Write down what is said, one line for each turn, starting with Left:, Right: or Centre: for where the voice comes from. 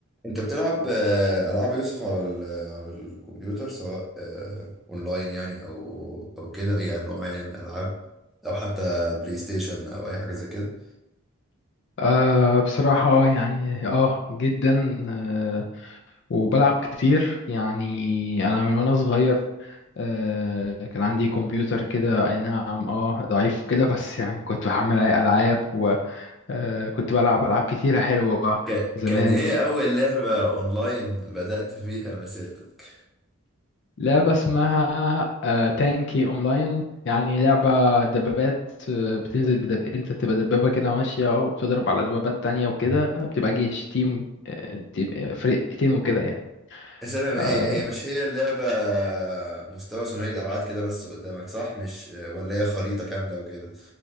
Centre: انت بتلعب آه، العاب يوسف على ال- آه، على الكمبيوتر سواء آه، اونلاين يعني او او كده اي نوع يعني من الالعاب او حتى بلاي ستيشن او اي حاجه زي كده
Left: أه بصراحة يعني اه جدا أه وبلعب كتير يعني انا من وانا صغير أه كان عندي كمبيوتر كده اي نعم اه ضعيف كده بس يعني كنت بحمل عليه العاب وكنت بلعب العاب كتيرة حلوة
Centre: ك-
Left: زمان
Centre: كان ايه اول لعبه اونلاين بدأت فيها مسيرتك
Left: لعبة اسمها أه تانكي اونلاين يعني لعبة دبابات آه، بتنزل بدب... انت تبقى دبابة كده ماشية وبتضرب على دبابات تانية وكده
Centre: مم.
Left: بتبقى جيش تيم آه، تيم آه، فرقتين وكده يعني
Centre: بس انا
Left: آه
Centre: هي هي مش هي اللعبه مستوى ثنائي الابعاد كده بس قدامك صح مش ولا هي خريطه كامله وكده